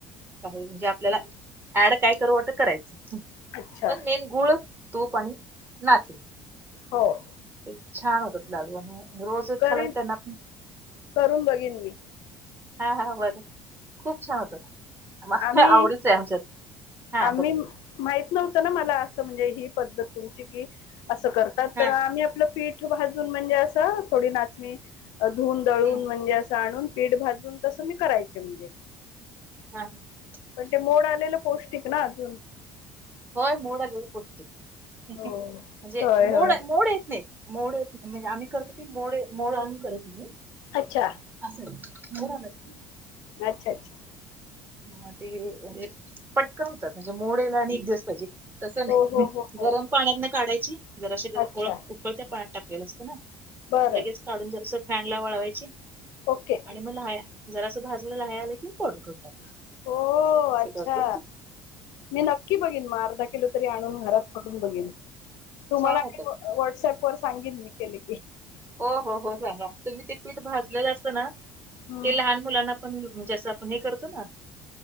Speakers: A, on the right; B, on the left.
A: काही जे आपल्याला ऍड काय करू वाटं करायचं
B: अच्छा
A: पण मेन गुळ, तूप आणि नाचणी
B: होय
A: ते छान होतात लाडू आणि रोज
B: करीन
A: खाल त्यांना प
B: करून बघीन मी
A: हा-हा बघ खूप छान होतात म
B: आम्ही
A: तर आवडीच आहे आमच्यात हा
B: आम्ही
A: बोला
B: माहित नव्हतं ना मला असं म्हणजे ही पद्धत तुमची कि असं करत
A: हा
B: तर आम्ही आपलं पीठ भाजून म्हणजे असं थोडी नाचणी धुून दळून
A: हम्म
B: म्हणजे असं आणून पीठ भाजून तसं मी करायचे म्हणजे
A: हा-हा
B: पण ते मोड आलेलं पौष्टिक ना अजून
A: होय मोडले पुष्टी
B: हो
A: म्हणजे
B: होय
A: मोड
B: होय
A: मोड येत नाहीत मोड म्हणजे आम्ही करतो की मोडे मोड आणून करत नाही
B: अच्छा
A: असंच नऊला आलात की
B: अच्छा अच्छा
A: म ते म्हणजे पटकन होतात म्हणजे मोडेला आणि एक दिवस पाहिजे तसं नाही
B: हो हो हो हो
A: गरम पाण्यातन काढायची जर अे जर
B: अच्छा
A: ओळ उकळत्या पाण्यात टाकलेलं असतं ना
B: बरं
A: लगेच काढून जरास फॅन ला वळवायचे
B: ओके
A: आणि मग लाह्या जरा असं भाजून लाह्या आलं कि फोल्ड करून टाकलं
B: हो
A: असं
B: अच्छा
A: करतेय.
B: मी नक्की बघेन मग अर्धा किलो तरी आणून घरात फडून बघेन तुम्हाला
A: छान होतात
B: व्हॉट्सअप वर सांगेन मी केले की
A: हो-हो-हो सांगा तुम्ही ते पीठ भाजलेलं असं ना
B: हम्म
A: ते लहान मुलांना पण जेसे असं आपण हे करतो ना